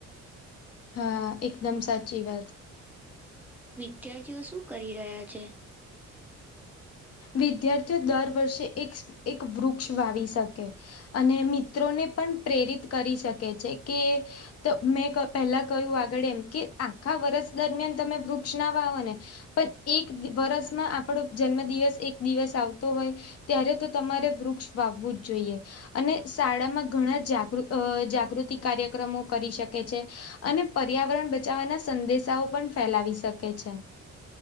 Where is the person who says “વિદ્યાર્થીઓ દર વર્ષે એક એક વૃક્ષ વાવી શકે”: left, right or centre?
Left